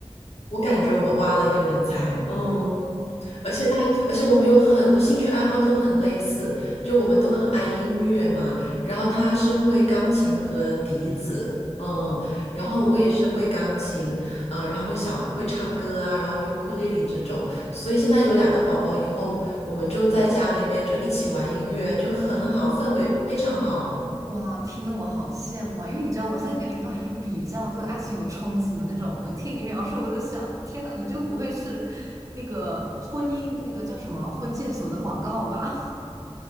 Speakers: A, on the left (about 90°); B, on the right (about 30°).
A: 我感觉我挖了一个人才，嗯，而且他，而且我们有很多兴趣爱好都很类似，就我们都很爱音乐嘛。然后他是会钢琴和笛子，嗯，然后我也是会钢琴，嗯，然后会小会唱歌啊，然后尤克里里这种。所以现在有两个宝宝以后，我们就在家里面就一起玩音乐，就很好，氛围非常好。
B: <laughs> 哇，听得我好羡慕啊！因为你知道我现在年龄都还是比较对爱情有憧憬的那种。我听你描述，我都想，天呐，你这个不会是那个婚姻那个叫什么婚介所的广告吧？